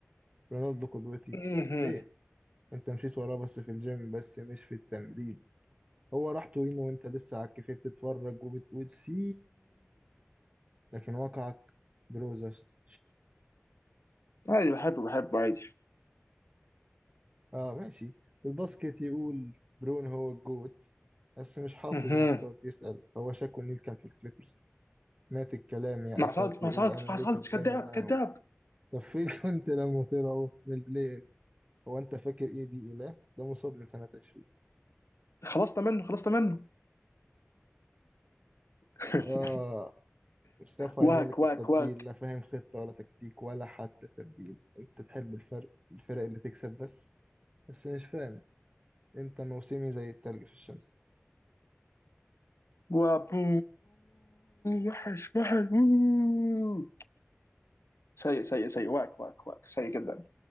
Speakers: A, on the right; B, on the left.
A: رونالدو قدوتي
B: مهم.
A: فين؟ أنت مشيت وراه بس في الجيم بس مش في التمرين هو راح تورينو وأنت لسه على الكافيه بتتفرج وبتقول سي لكن واقعك بروزست
B: عادي بحبه بحبه عادي
A: اه ماشي الباسكت يقول برون هو الجوت بس مش حافظ
B: مهم.
A: ماتشات يسأل هو شاكو نيل كان في الكليبرز مات الكلام يا
B: ما
A: آفات
B: حصلتش ما
A: يقول
B: حصلتش
A: أنا
B: ما
A: ليكرز
B: حصلتش
A: دايما
B: كذاب
A: معاهم
B: كذاب
A: طب فين <laughs> كنت لما طلعوا من البلاي إن؟ هو أنت فاكر إيه دي إله؟ ده مصاب من سنة 20
B: خلصنا منه خلصنا منه <laughs>
A: آه مصطفى
B: واك
A: يا ملك
B: واك
A: التطبيل
B: واك
A: لا فاهم خطة ولا تكتيك ولا حتى تبديل أنت تحب الفرق الفرق اللي تكسب بس بس مش فاهم أنت موسمي زي التلج في الشمس
B: وابو وحش وحش أوه. سيء سيء سيء واك واك واك سيء جدا